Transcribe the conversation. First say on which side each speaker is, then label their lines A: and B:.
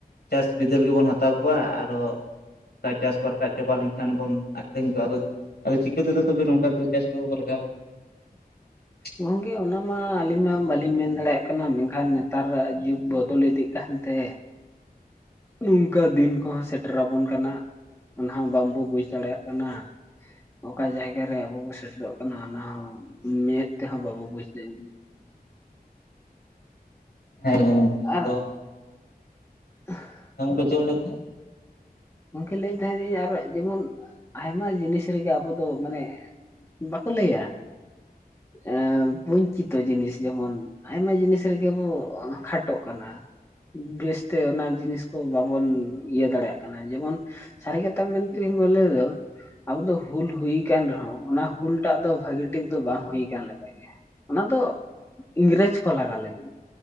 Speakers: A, on the left (about 80°); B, on the left (about 15°).
A: ᱪᱟᱥ ᱵᱤᱫᱟᱹᱞ ᱜᱮ ᱵᱚᱱ ᱦᱟᱛᱟᱣ ᱠᱚᱣᱟ ᱟᱨᱚᱜ ᱠᱟ ᱪᱟᱥ ᱠᱚ ᱨᱟᱠᱟᱵ ᱪᱟᱵᱟ ᱞᱮᱱ ᱠᱷᱟᱱ ᱵᱚᱱ ᱟᱹᱠᱷᱨᱤᱧ ᱠᱚᱣᱟ ᱟᱫᱚᱡ- ᱟᱫᱚ ᱪᱤᱠᱟᱹ ᱛᱮᱫᱚ ᱛᱚᱵᱮ ᱱᱚᱝᱠᱟ ᱫᱚ ᱪᱟᱥ ᱠᱚᱫᱚ ᱵᱚ ᱨᱟᱠᱟᱵᱟ? <inaudible>
B: ᱜᱚᱝᱠᱮ ᱚᱱᱟ ᱢᱟ ᱟᱹᱞᱤᱧ ᱢᱟ ᱵᱟᱹᱞᱤᱧ ᱢᱮᱱ ᱫᱟᱲᱮᱭᱟᱜ ᱠᱟᱱᱟ, ᱢᱮᱸᱠᱷᱟᱱ ᱱᱮᱛᱟᱨ ᱨᱟᱜ ᱡᱩᱜᱽ ᱵᱚᱫᱚᱞ ᱤᱫᱤᱜ ᱠᱟᱱᱛᱮ ᱱᱚᱝᱠᱟ ᱫᱤᱱ ᱠᱚᱦᱚᱸ ᱥᱮᱴᱮᱨᱟᱵᱚᱱ ᱠᱟᱱᱟ, ᱚᱱᱟᱦᱚᱸ ᱵᱟᱝᱵᱚ ᱵᱩᱡ ᱫᱟᱲᱮᱭᱟᱜ ᱠᱟᱱᱟ, <inaudible> ᱚᱠᱟ ᱡᱟᱭᱜᱟ ᱨᱮ ᱟᱵᱚ ᱵᱚ ᱥᱮᱴᱮᱨᱚᱜ ᱚᱱᱟᱼᱟᱱᱟ ᱦᱚᱸ ᱢᱮᱫ ᱛᱮᱦᱚᱸ ᱵᱟᱵᱚ ᱵᱩᱡᱷ <inaudible>
A: ᱦᱮᱸ ᱜᱚᱝᱠᱮ ᱟᱫᱚ
B: ᱟᱨ <inaudible>
A: ᱦᱮᱸ ᱜᱚᱝᱠᱮ ᱪᱮᱫ ᱮᱢ ᱞᱟᱹᱭᱮᱫ ᱛᱟᱦᱮᱸᱫ?
B: ᱜᱚᱝᱠᱮ ᱞᱟᱹᱭᱮᱫ ᱛᱟᱦᱮᱸ ᱤᱧ ᱟᱨ ᱡᱮᱢᱚᱱ ᱟᱭᱢᱟ ᱡᱤᱱᱤᱥ ᱨᱮᱜᱮ ᱟᱵᱚ ᱫᱚ ᱢᱟᱱᱮᱜ ᱵᱟᱠᱚ ᱞᱟᱹᱭᱟ, ᱮᱸᱻ ᱯᱩᱧ ᱪᱤᱛᱚ ᱡᱤᱱᱤᱥ ᱡᱮᱢᱚᱱ ᱟᱭᱢᱟ ᱡᱤᱱᱤᱥ ᱨᱮᱜᱮ ᱵᱚᱜ ᱠᱷᱟᱴᱚᱜ ᱠᱟᱱᱟ, ᱵᱮᱥᱛᱮ ᱚᱱᱟ ᱡᱤᱱᱤᱥ ᱠᱚ ᱵᱟᱵᱚᱱ ᱤᱭᱟᱹ ᱫᱟᱲᱮᱭᱟᱜ ᱠᱟᱱᱟ, ᱡᱮᱢᱚᱱ ᱥᱟᱨᱤ ᱠᱟᱛᱷᱟ ᱢᱮᱱ ᱛᱤ ᱟᱹᱧ ᱵᱚᱞᱮ ᱫᱚ ᱟᱵᱚ ᱫᱚ ᱦᱩᱞ ᱦᱩᱭ ᱠᱟᱱ ᱨᱮᱦᱚᱸ, ᱚᱱᱟ ᱦᱩᱞ ᱴᱟᱜ ᱫᱚ ᱵᱷᱟᱹᱜᱤ ᱴᱤᱠ ᱫᱚ ᱵᱟᱝ ᱦᱩᱭ ᱠᱟᱱ ᱞᱮᱠᱟ ᱜᱮ᱾ ᱚᱱᱟ ᱫᱚ ᱤᱝᱨᱮᱡᱽ ᱠᱚ ᱞᱟᱜᱟᱜ ᱞᱟᱹᱜᱤᱫ